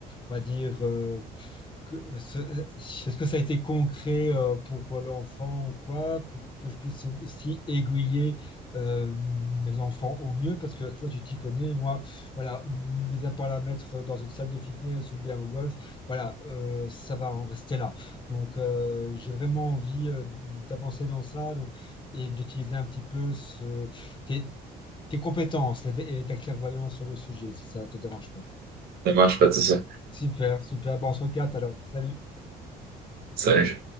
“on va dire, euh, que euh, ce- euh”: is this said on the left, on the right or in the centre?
Left